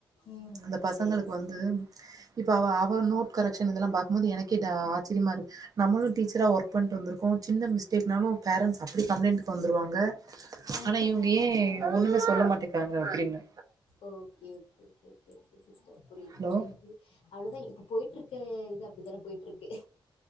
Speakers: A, on the left; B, on the right.
A: ம் ம்
B: அந்த பசங்களுக்கு
A: சரி சரி
B: வந்து இப்ப அவ அவ நோட் கரெஷன் இதெல்லா பாக்கும்போது எனக்கே ஆச்சரியமா இருக்கு நம்மளு டீச்சரா ஒர்க் பண்ட்டு வந்திருக்கோ சின்ன மிஸ் திட்னாலு பேரண்ஸ் அப்டி கம்ப்ளைண்ட்டுக்கு வந்துருவாங்க
A: ஆ
B: ஆனா
A: ஹ
B: இவங்க
A: ஹ ஹ
B: ஏ
A: ஹ
B: ஒண்ணுமே சொல்ல மாட்டே இருக்காங்க அப்படின்னு
A: okay okay okay okay okay sister புரியுது
B: ஹலோ
A: புரியுது அவ்ளுவுதேன் இப்ப போயிட்டு இருக்க இது அப்படித்தானே போயிட்டு இருக்கு